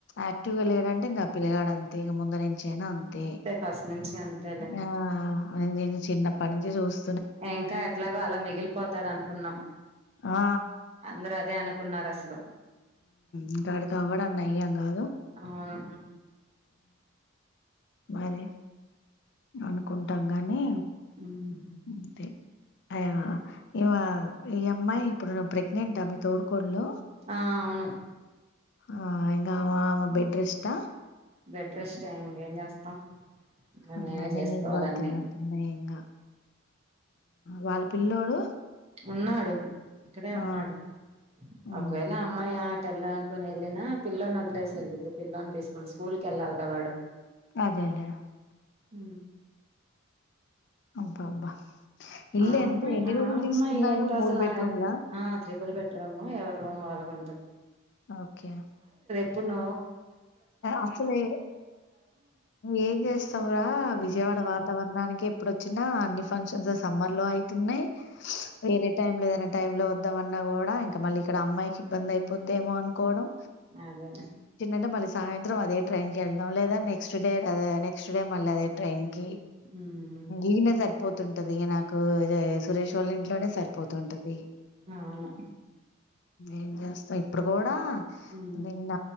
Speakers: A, on the left; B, on the right.
A: యాక్టివ్గా లేడంటే ఇంకా పిలగాడ్ అంతే ఇంగ ము నా అంతే
B: ఫస్ట్ నుంచి అంతేలే
A: ఆ నేను చిన్నప్పటి నుంచి చూస్
B: ఇంకా ఎట్లాగో అలా మిగిలిపోతాడు అనుకున్నాం
A: ఆ
B: అందరు అదే అనుకున్నారు అసలు
A: ఇంకా అడికి అవ్వడం నయ్యం కదు
B: అవును
A: మరి అనుకుంటాం గానీ
B: ఉమ్
A: అంతే అ ఇవా ఈ అమ్మాయి ఇప్పుడు ప్రెగ్నెంటా మీ తోడి కోడలు
B: ఆ అవును
A: ఆ ఇంగా ఆమ ఆమ బెడ్ రెస్టా
B: బెడ్ రెస్టే ఇంకేం చేస్తాం ఆ
A: అన్ని
B: మేమే చేసుకోవాలన్నీ
A: నీకు పడుతున్నట్టున్నాయి ఇంగా వాళ్ళ పిల్లోడు
B: ఉన్నాడు ఇక్కడే ఉన్నాడు
A: ఆ మ్మ్
B: ఒకవేళ అమ్మాయి ఎల్లా అనుకొని వెళ్ళినా పిల్లోని వొదిలేసి వెళ్లిద్ది పిల్లోన్ని తీస్కొని స్కూల్ క వెళ్ళాలి క వాడు
A: అదేలేే
B: అ
A: అబ్బా అబ్బా ఇల్లు
B: ఆ అమ్మాయి
A: ఎంత ఎన్ని
B: ఆ
A: రూములు
B: అమ్మాయి
A: తీసుకున్నారు
B: ఏంటో
A: మూడు
B: అసలు
A: బెడ్రూమ్లా
B: నాకు ఆ త్రిపుల్ బెట్రూమ్ ఎవరు రూమ్ వాళ్ళకుం
A: ఓకే
B: ప్పున
A: అసలే ఏం జేస్తాంరా విజయవాడ
B: ఉమ్
A: వాతావరణానికి ఇప్పుడు వచ్చినా అన్ని ఫంక్షన్స్ సమ్మర్ లో అయితున్నాయి వేరే టైంలో టైమ్ లో వద్దామన్నా కూడా ఇంకా మళ్ళీ ఇక్కడ అమ్మాయికి ఇబ్బంది అయిపోద్దెమో అనుకోవడం
B: అదే
A: అంటే మళ్ళీ సాయంత్రం అదే ట్రైన్ కి వెళదాం లేదా నెక్స్ట్ డే నెక్స్ట్డే మళ్ళీ అదే ట్రైన్ కి
B: ఉమ్
A: ఈనే సరిపోతుంటది ఇక నాకు ఇద సురేష్ వాళ్ళ ఇంట్ లోనే సరిపోతుంటది
B: అవును
A: ఏం చేస్తాం ఇప్పుడు కూడా
B: ఉమ్
A: నిన్న